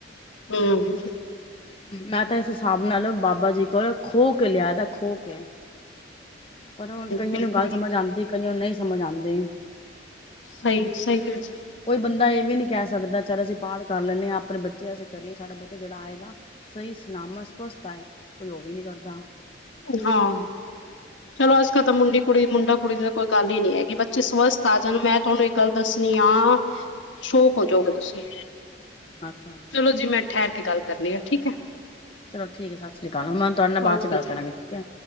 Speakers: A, on the left; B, on the left.
A: ਹੂੰ
B: ਮੈਂ ਤਾਂ ਇਸ ਹਿਸਾਬ ਨਾਲ ਬਾਬਾ ਜੀ ਕੋਲ ਖ੍ਹੋਹ ਕੇ ਲਿਆ ਦੈ ਖ੍ਹੋ ਕੇ ਪਰ ਹੁਣ ਕਈਆਂ
A: ਬਿਲਕੁਲ
B: ਨੂੰ ਗੱਲ ਸਮਝ ਆਂਦੀ ਕਈਆਂ ਨੂੰ ਨਈ ਸਮਝ ਆਂਦੀ।
A: ਸਈ-ਸਈ ਕਿਆ ਜੇ
B: ਕੋਈ ਬੰਦਾ ਇਹ ਵੀ ਨਈ ਕਹਿ ਸਕਦਾ ਚੱਲ ਅਸੀਂ ਪਾਠ ਕਰ ਲੈਂਣੇ ਆਂ ਆਪਣੇ ਬੱਚੇ ਆਸੇ ਕਰੀਏ ਸਾਡਾ ਬੱਚਾ ਜੇੜਾ ਆਏਗਾ। ਸਈ ਸਨਾਮਸ ਸਵਸਥ ਆਏ ਕੋਈ ਓ ਵੀ ਨਈ ਕਰਦਾ।
A: ਹਾਂ
B: <inaudible>
A: ਚਲੋ ਅੱਜ ਕੱਲ ਤਾਂ ਮੁੰਡੇ ਕੁੜੀ ਮੁੰਡਾ ਕੁੜੀ ਦੀ ਤਾਂ ਕੋਈ ਗੱਲ ਹੀ ਨਈ ਹੈ ਕਿ ਬੱਚੇ ਸਵਸਥ ਆ ਜਾਣ ਮੈਂ ਤੁਹਾਨੂੰ ਇੱਕ ਗੱਲ ਦੱਸਣੀ ਆ ਸ਼ੋਕ ਹੋ ਜੋਗੇ ਤੁਸੀਂ
B: ਅੱਛਾ
A: ਚਲੋ ਜੀ ਮੈਂ ਠਹਿਰ ਕੇ ਗੱਲ ਕਰ ਨੀ ਆ ਠੀਕ ਹੈ।
B: ਚਲੋ ਠੀਕ ਹੈ ਸਤਿ ਸ੍ਰੀ ਅਕਾਲ ਮੈਂ ਤੁਹਾਡੇ ਨਾਲ ਬਾਦ
A: ਓਕੇ
B: 'ਚ ਗੱਲ
A: ਜੀ
B: ਕਰਾਂਗੀ ਠੀਕ ਹੈ।